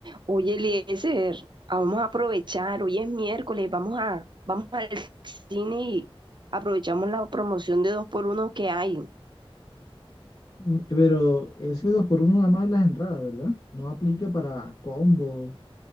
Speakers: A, on the right; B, on the left.
A: Oye, Eliezer, vamos a aprovechar, hoy es miércoles, vamos a, vamos al cine y aprovechamos la promoción de dos por uno que hay.
B: Mm, Pero ese dos por uno nada más en las entradas, ¿verdad? No aplica para combos,